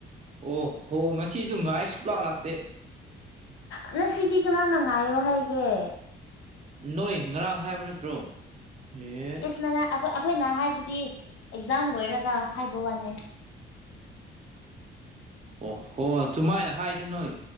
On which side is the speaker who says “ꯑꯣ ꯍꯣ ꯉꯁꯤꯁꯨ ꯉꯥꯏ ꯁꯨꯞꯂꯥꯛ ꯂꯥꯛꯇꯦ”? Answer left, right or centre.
Right